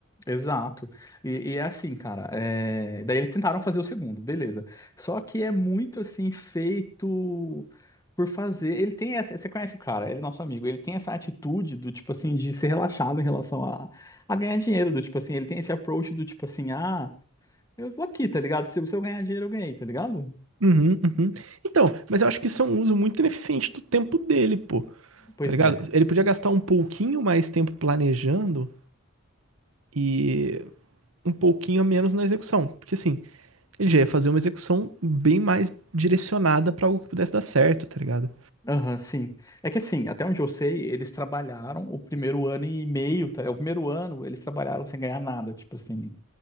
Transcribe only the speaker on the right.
Uhum, uhum. Então, mas eu acho que isso é um uso muito ineficiente do tempo dele, pô.
Tá ligado?
Ele podia gastar um pouquinho mais tempo planejando e um pouquinho a menos na execução. Porque assim, ele já ia fazer uma execução bem mais direcionada pra algo que pudesse dar certo, tá ligado?